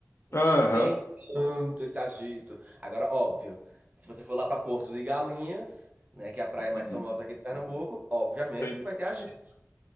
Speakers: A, on the right; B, on the left.
A: Então
B: Aham.
A: não tem tanto esse agito. Agora, óbvio, se você for lá pra Porto de Galinhas, né, que é a praia mais
B: uhum.
A: famosa aqui de Pernambuco, obviamente
B: Tem.
A: que vai ter agito,